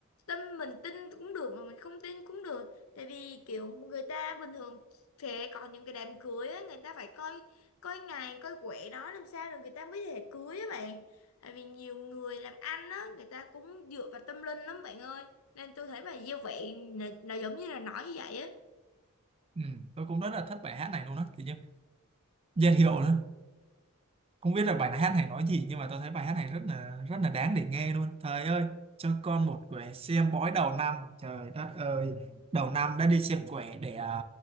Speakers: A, on the left; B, on the right.
A: tâm mình tin cũng được mà mình không tin cũng được tại vì kiểu người ta bình thường sẽ còn những cái đám cưới á người ta phải coi coi ngày coi quẹ đó làm sao rồi người ta mới thể cưới á bạn tại vì nhiều người làm ăn á người ta cũng dựa vào tâm linh lắm bạn ơi nên tôi thấy bài giao quẹ là, là giống như là nói như vậy á
B: ừ, tôi cũng rất là thích bài hát này luôn á thì như dễ hiểu nữa không biết là bài hát này nói gì nhưng mà tôi thấy bài hát này rất là rất là đáng để nghe luôn trời ơi cho con một quẻ xem bói đầu năm trời đất ơi đầu năm đã đi xem quẻ để à,